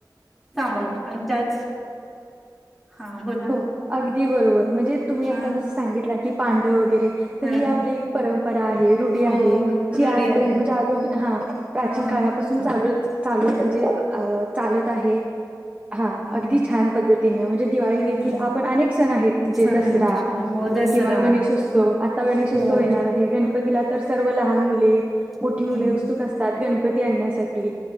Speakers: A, in the centre; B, on the right.
A: सांभाळतो आणि त्याच हा बोला
B: हो अगदी बरोबर म्हणजे तुम्ही
A: हा
B: आता जस सांगितल की पांडव वगैरे ते तर
A: हा
B: हे आपले परंम परा आहे रुढी
A: हो
B: आहे जी
A: रूढी
B: आजपर्यंत
A: आहे.
B: म्हणजे आधुनिक हा प्राचीन
A: अ
B: काळापासून चालूच चालूच जेव्हा अ चालत आहे हा
A: हं,
B: अगदी छान पद्धत तिन म्हणजे दिवाळी
A: हं.
B: की आपण अनेक सण आहेत म्हणजे
A: सण
B: दसरा
A: आहेत. हो हो दसरा
B: किंवा गणेशोत्सव आता गणेशोत्सव
A: हो
B: येणार आहे ग तिला तर सर्व लहान मुले मोठी
A: हम्म.
B: मुले उत्सुक असतात गणपती ते आणण्यासाठी